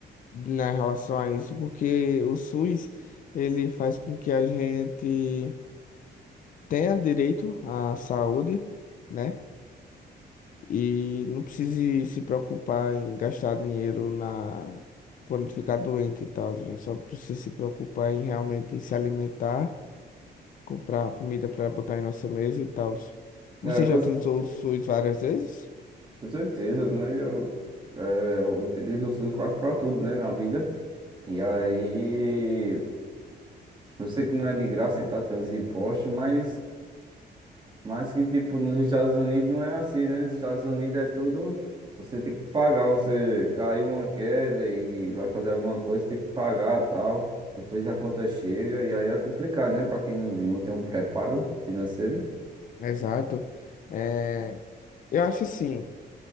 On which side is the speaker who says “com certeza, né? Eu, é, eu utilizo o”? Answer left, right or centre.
Right